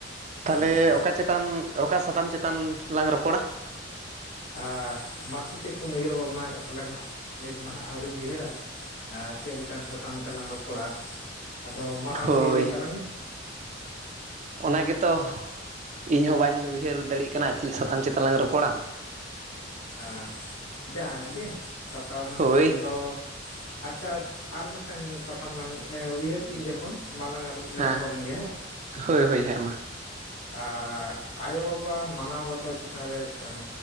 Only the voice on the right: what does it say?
ᱛᱟᱦᱚᱞᱮ
ᱚᱠᱟ ᱪᱮᱛᱟᱱ ᱚᱠᱟ ᱥᱟᱛᱟᱢ ᱪᱮᱛᱟᱱ ᱞᱟᱝ ᱨᱚᱯᱚᱲᱟ
ᱦᱳᱭ
ᱚᱱᱟ ᱜᱮᱛᱚ ᱤᱧ ᱦᱚᱸ ᱵᱟᱹᱧ ᱩᱭᱦᱟᱹᱨ ᱫᱟᱲᱮᱜ ᱠᱟᱱᱟ ᱾ᱪᱮᱫ ᱥᱟᱛᱟᱢ ᱪᱮᱛᱟᱱ ᱞᱟᱝ ᱨᱚᱯᱚᱲᱟ?
ᱦᱳᱭ
ᱦᱮᱸ
ᱦᱳᱭ ᱦᱳᱭ ᱦᱮᱸ ᱢᱟ